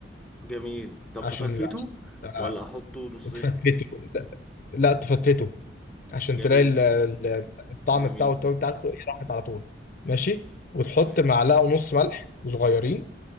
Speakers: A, in the centre; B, on the left.
A: جميل طب
B: عشان
A: افتفته
B: آه
A: ولا احطه نصين
B: تفتفته لا لا، تفتفته عشان
A: جميل
B: تلاقي ال- ال- الطعم
A: جميل
B: بتاعه والتوابل بتاعته ايه راحت على طول ماشي وتحط
A: أيوة.
B: معلقه ونص ملح صغيرين